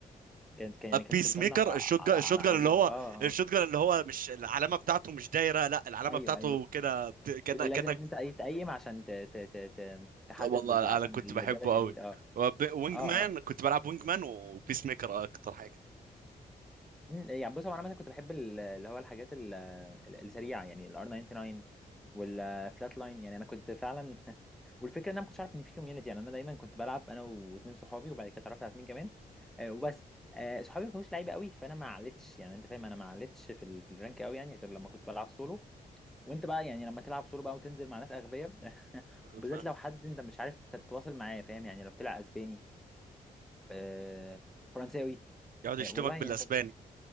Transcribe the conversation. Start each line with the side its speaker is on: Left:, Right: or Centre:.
Centre: كانت كان يعني كانت
Right: بيس
Centre: شوت جن
Right: ميكر
Centre: على
Right: الشوت
Centre: على
Right: جان
Centre: على
Right: الشوت
Centre: على
Right: جان
Centre: ابوها
Right: اللي هو
Centre: اه
Right: الشوت
Centre: اه
Right: جان اللي هو مش العلامه بتاعته مش دايره لا العلامه
Centre: ايوه
Right: بتاعته
Centre: ايوه
Right: كده بت- كانك
Centre: اللي لازم
Right: كانك
Centre: ان انت اي تقيم عشان ت... ت... ت... ت... تحدد
Right: والله
Centre: بالظبط عشان
Right: انا كنت بحبه
Centre: الدمج يزيد
Right: قوي
Centre: اه
Right: وب- وينج
Centre: اه
Right: مان
Centre: اه
Right: كنت بلعب وينج مان وبيس ميكر اكتر حاجه
Centre: أمم، يعني بص هو انا عامه كنت بحب ال- اللي هو الحاجات ال- ال- السريعه يعني الار 99 والفلات لاين يعني انا كنت فعلا <laughs> والفكره ان انا ما كنتش عارف ان في كوميونتي يعني انا دايما كنت بلعب انا واتنين صحابي وبعد كده اتعرفت على اتنين كمان آه وبس آه صحابي ما كانوش لعيبه قوي فانا ما علتش يعني انت فاهم انا ما علتش في, ال... في الرانك قوي يعني غير لما كنت بلعب سولو وانت بقى يعني لما تلعب سولو بقى وتنزل مع ناس اغبياء <laughs> وبالذات
Right: ف-
Centre: لو حد انت مش عارف تتواصل معاه فاهم يعني لو بتلعب اسباني آه، فرنساوي
Right: يقعد يشتمك
Centre: آه، والله
Right: بالاسباني
Centre: انت